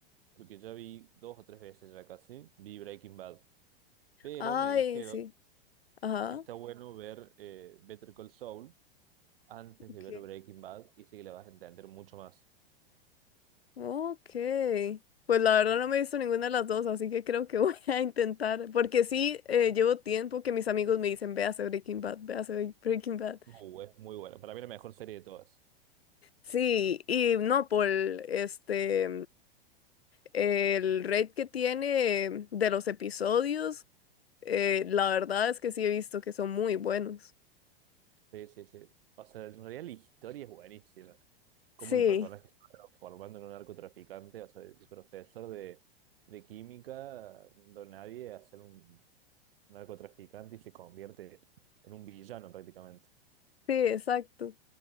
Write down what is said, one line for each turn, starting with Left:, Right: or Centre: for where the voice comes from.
Right: porque ya vi dos o tres veces ya casi, vi Breaking Bad, pero
Left: Ay,
Right: me dijeron
Left: sí. Ajá.
Right: que está bueno ver eh, Better Call Saul antes
Left: Okay.
Right: de ver Breaking Bad y sí que la vas a entender mucho más.
Left: Ok. Pues la verdad no me he visto ninguna de las dos, así que creo que voy <laughs> a intentar. Porque sí, eh, llevo tiempo que mis amigos me dicen, véase Breaking Bad, véase Breaking Bad.
Right: Muy, bu- es muy bueno. Para mí la mejor serie de todas.
Left: Sí, y no por este. El rate que tiene de los episodios, eh, la verdad es que sí he visto que son muy buenos.
Right: Sí, sí, sí. O sea, en realidad la historia es buenísima. Cómo
Left: Sí,
Right: el personaje se va transformando en un narcotraficante, o sea, de profesor de, de química, don nadie, a ser un narcotraficante y se convierte en un villano prácticamente.
Left: sí, exacto.